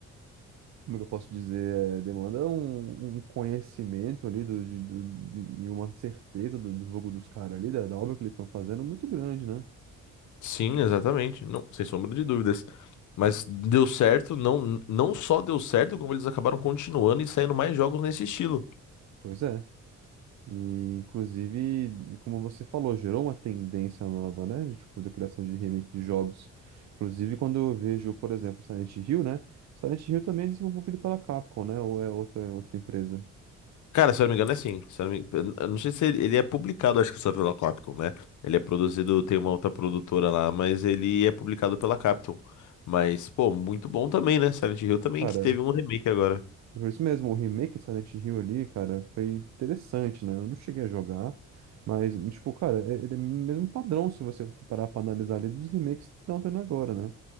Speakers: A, on the right (about 65°); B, on the left (about 75°).
A: como é que eu posso dizer? É, demanda um, um conhecimento ali do, de, do, de, e uma certeza do, do jogo dos caras ali, da, da obra que eles estão fazendo, muito grande, né?
B: Sim, exatamente. Não, sem sombra de dúvidas. Mas deu certo, não, não só deu certo, como eles acabaram continuando e saindo mais jogos nesse estilo.
A: Pois é. E, inclusive, como você falou, gerou uma tendência nova, né? de, Tipo, da criação de remake de jogos. Inclusive, quando eu vejo, por exemplo, Silent Hill, né? Silent Hill também é desenvolvido pela Capcom, né? Ou é outra, é outra empresa.
B: Cara, se eu não me engano, é assim. Se eu não me... eu não sei se ele, ele é publicado, acho que só pela Capcom, né? Ele é produzido, tem uma outra produtora lá, mas ele é publicado pela Capcom. Mas, pô, muito bom também, né? Silent Hill também,
A: Cara,
B: que teve um remake agora.
A: é por isso mesmo, o remake de Silent Hill ali, cara, foi interessante, né? Eu não cheguei a jogar, mas, tipo, cara, é- ele é o mesmo padrão se você for parar pra analisar ali dos remakes que estão tendo agora, né?